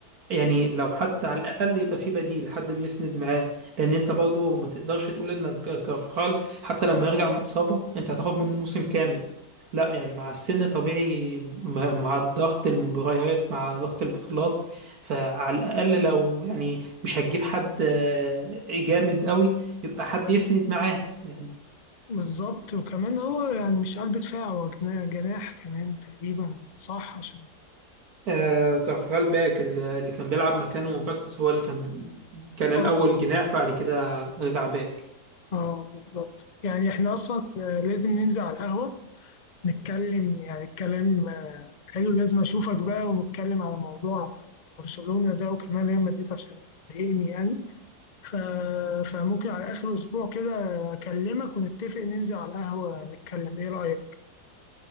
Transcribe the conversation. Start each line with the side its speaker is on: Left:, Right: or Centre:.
Right: يعني لو حتى على الأقل يبقى في بديل حد بيسند معاه لأن أنت برضه ما تقدرش تقول إنك كارفخال حتى لما يرجع من الإصابة أنت هتاخد منه موسم كامل لا يعني مع السن طبيعي م- مع ضغط المباريات مع ضغط البطولات فعلى الأقل لو يعني مش هتجيب حد آه، جامد قوي يبقى حد يسند معاه يعني
Left: بالظبط وكمان هو يعني مش قلب دفاع هو جنا- جناح كمان تقريبا صح عشان
Right: آه، كارفخال باك اللي اللي كان بيلعب مكانه فاسكس هو اللي كان كان الأول
Left: آه،
Right: جناح بعد كده رجع باك
Left: اه بالظبط يعني احنا اصلا آه، لازم ننزل على القهوة نتكلم يعني الكلام آه، حلو لازم اشوفك بقى ونتكلم على موضوع برشلونة ده وكمان ريال مدريد عشان تضايقني يعني ف... فممكن على اخر اسبوع كده اكلمك ونتفق ننزل على القهوة نتكلم ايه رأيك